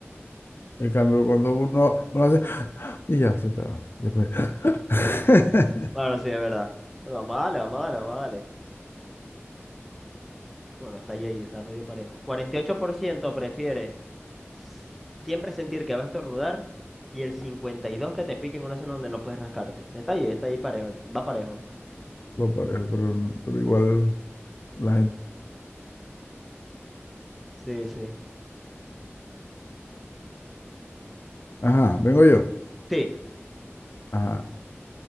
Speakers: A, on the left; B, in the centre.
A: En cambio, cuando uno, uno hace <gasps> y ya se está. Después. <laughs>
B: Bueno, sí, es verdad. Bueno, vamos a darle, vamos a darle, vamos a darle. Bueno, está ahí, ahí, está medio parejo. 48% prefiere s- siempre sentir que va a estornudar y el 52% que te pique en una zona donde no puedes rascarte. Está ahí, está ahí parejo, va parejo.
A: Lo parejo, pero, pero igual la gente.
B: Sí, sí.
A: Ajá, vengo yo.
B: Sí.
A: Ajá.